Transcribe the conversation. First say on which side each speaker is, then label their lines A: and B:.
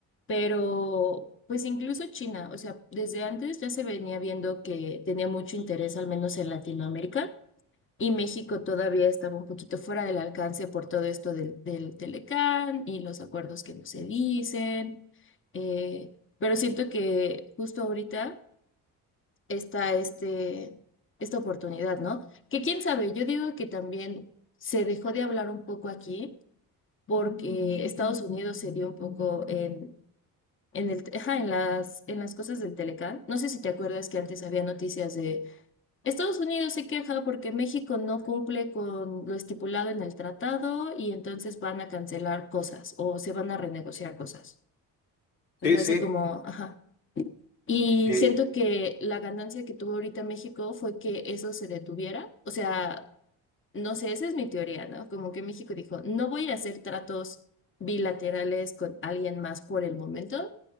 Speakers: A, on the left (about 30°); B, on the left (about 80°).
A: Pero, pues incluso China, o sea, desde antes ya se venía viendo que tenía mucho interés, al menos en Latinoamérica. Y México todavía estaba un poquito fuera del alcance por todo esto del, del Telecán y los acuerdos que no se dicen. eh, pero siento que justo ahorita está este, esta oportunidad, ¿no? Que quién sabe, yo digo que también se dejó de hablar un poco aquí porque Estados Unidos se dio un poco en, en, el, ajá, en las, en las cosas del Telecán. No sé si te acuerdas que antes había noticias de Estados Unidos se queja porque México no cumple con lo estipulado en el tratado y entonces van a cancelar cosas o se van a renegociar cosas. O
B: Sí,
A: sea,
B: sí,
A: hace como, ajá. Y
B: y
A: siento que la ganancia que tuvo ahorita México fue que eso se detuviera. O sea, no sé, esa es mi teoría, ¿no? Como que México dijo, no voy a hacer tratos bilaterales con alguien más por el momento